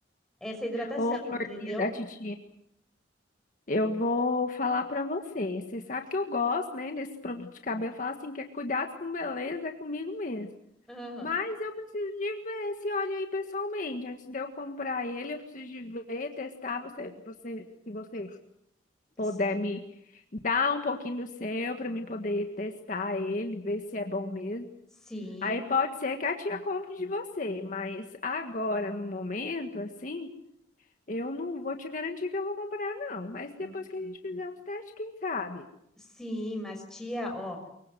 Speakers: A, in the centre; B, on the left.
A: Essa hidratação,
B: Ô, florzinha
A: entendeu?
B: da titia, eu vou falar pra você. Você sabe que eu gosto, né, desse produto de cabelo. Eu falo assim, que é cuidado com beleza, é comigo mesmo.
A: Aham.
B: Mas eu preciso de ver esse óleo aí pessoalmente. Antes de eu comprar ele, eu preciso de ver, testar. Você, você, se você puder
A: Si-
B: me dar um pouquinho do seu para mim poder testar ele, ver se é bom mesmo.
A: Sim,
B: Aí pode ser que a tia compre de você, mas agora, no momento, assim, eu não vou te garantir que eu vou comprar, não. Mas depois
A: Uhum.
B: que a gente fizer uns testes, quem sabe?
A: sim, mas tia, ó,